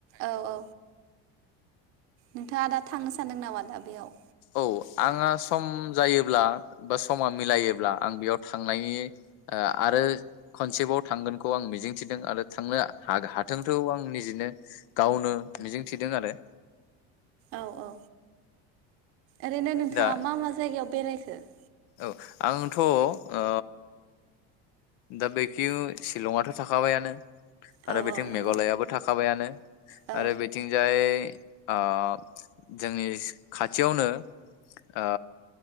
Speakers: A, on the right; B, on the left.
A: औ औ नोंथाङा दा थांनो सानदों नामा दा बेयाव।
B: औ आंहा सम जायोब्ला बा समा मिलायोब्ला आं बेयाव थांनायनि आरो खनसेबाव थांगोनखौ आं मिजिंथिदों आरो थांनो हाथोंखौ आं निजेनो गावनो मिजिंथिदों आरो
A: औ औ ओरैनो नोंथाङा
B: दा
A: मा मा जायगायाव बेरायखो <unintelligible>
B: औ आंथ' अ दा बेखि शिलंआथ' थाखाबायानो।
A: औ
B: आरो बेथिं
A: नंगौ
B: मेघालयाबो थाखाबायानो
A: औ
B: आरो बेथिंजाय ओ जोंनि खाथियावनो ओ